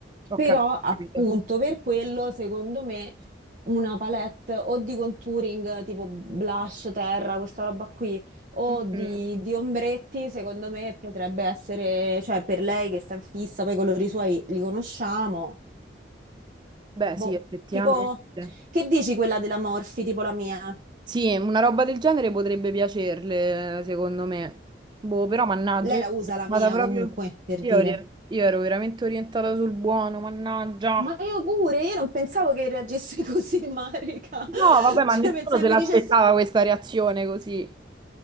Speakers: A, on the right (about 25°); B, on the right (about 45°).
A: so,
B: Però
A: ho capito. ho
B: appunto
A: capito.
B: per quello, secondo me, una palette o di contouring tipo blush, terra, questa roba qui, o
A: Mm,
B: di, di ombretti, secondo me potrebbe essere, cioè per lei che sta in fissa, poi i colori suoi li conosciamo,
A: Beh,
B: Boh,
A: sì, effettivamente.
B: tipo, che dici quella della Morphy, tipo la mia?
A: Sì, una roba del genere potrebbe piacerle, secondo me. Boh, però mannaggia,
B: Lei
A: io
B: la usa la
A: vado
B: mia
A: proprio.
B: comunque, per
A: Io,
B: dire.
A: ero io ero veramente orientata sul buono, mannaggia.
B: Ma io pure, io non pensavo che reagisse <laughs> così, Marica.
A: No, vabbè, ma
B: Cioè,
A: nessuno
B: pensavo
A: se
B: mi
A: l'aspettava
B: dicesse,
A: questa reazione così.